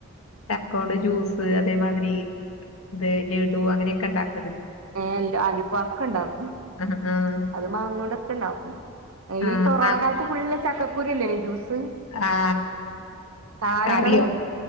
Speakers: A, on the left; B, on the right.
A: ചക്കോണ്ട് ജ്യൂസ് അതേമാതിരി ഇത് ലഡു അങ്ങനെയൊക്കെ ഉണ്ടാക്ക
B: ഏ അതൊക്കെ ഉണ്ടാക്കും
A: ആഹ് ആഹ്
B: അത് മാങ്ങണ്ടൊക്കെ ഉണ്ടാക്കും
A: ആഹ്
B: ഈ കൊറോണ
A: ആഹ്
B: കാലത്ത് ഫുള്ള ചക്ക ക്കുരിയല്ലേജൂസ്
A: ആ
B: താരങ്ങള്
A: കറി ഒക്ക